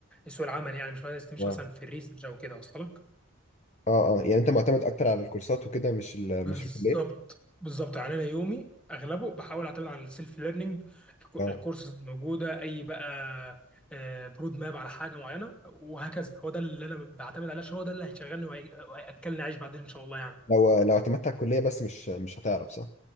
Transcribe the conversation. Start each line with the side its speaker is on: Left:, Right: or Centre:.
Centre: سوق العمل يعني مش عايز تمشي
Left: اه
Centre: مثلا في الريسيرش أو كده أصلا
Left: اه اه يعني انت معتمد اكتر على الكورسات وكده مش ال
Centre: بالظبط
Left: مش الكليه
Centre: بالظبط يعني انا يومي اغلبه بحاول اعتمد على السيلف ليرنينج
Left: اه
Centre: الكورسز الموجوده اي بقى آه، برود ماب على حاجه معينه وهكذا هو ده اللي انا بعتمد عليه عشان هو ده اللي هيشغلني وهي- وهياكلني عيش بعدين ان شاء الله يعني
Left: لو لو اعتمدت على الكليه بس مش مش هتعرف صح